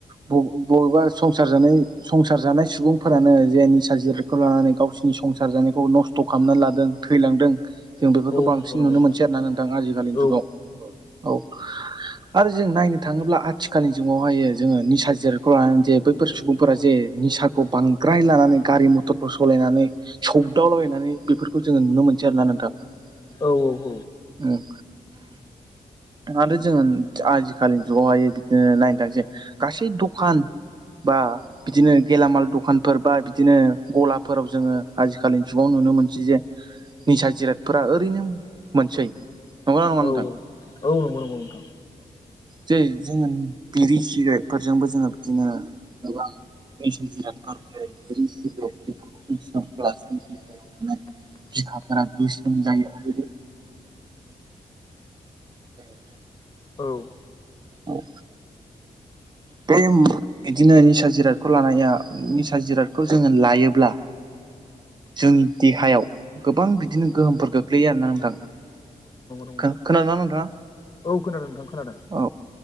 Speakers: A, on the right; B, on the left.
A: बबे बबेबा संसार जानाय संसार जानाय सुबुंफोरानो जेनि जिरखौ लानानै गावसिनि संसार जानायखौ नस्थ' खालामनानै लादों थैलांदों जों बेफोरखौ
B: औ
A: बांसिन
B: औ नंगौ
A: नुनो
B: नोंथां
A: मोनसै आरो ना नोंथां आजिखालिनि
B: औ नंगौ औ नंगौ औ नंगौ औ नंगौ नोंथां औ नंगौ औ
A: जुगाव। औ
B: <inaudible>
A: आरो जों नायनो थाङोब्ला आथिखालनि जुगावहायो जोङो निसा जिरादखौ लानानै जे बैफोर सुबुंफोरा जे निसाखौ बांद्राय लानानै गारि मटरफोर सालायनानै सौदावलाबायनानै बेफोरखौ जोङो नुनो मोनो। बिदि आरोना नोंथां ओम।
B: औ नंगौ नंगौ
A: आरो जोङो आजिखालिनि जुगावहाय बिदिनो नायनो थांसै गासै दखान बा बिदिनो गेलामाल द दखानफोर बा बिदिनो गलाफोराव जोङो आजिखालि जुगाव नुनो मोनसै जे निसा जिरादफोरा ओरैनो मोनसै नंगौना नङा
B: औ
A: नोंथां
B: औ औ नंगौ नंगौ नोंथां‌।
A: जै जोङो बिरि सिग्रेटफोरजोंबो जोङो बिदिनो गोबां मसन जिरादफोर जेरै <unintelligible> सोबब्ला जोंनि देहायाव थानाय बिखाफोरा बोसोन जायो आरो <unintelligible>
B: औ।
A: औ। बे बिदिनो निसा जिरादखौ लानाया निसा जिरादखौ जोङो लायोब्ला जोंनि देहायाव गोबां बिदिनो गोहोमफोर गोग्लैयो आरो ना नोंथां।
B: नोंथां
A: खो खोनादों ना नोंथाङा
B: औ खोनादों नोंथां खोनादों
A: औ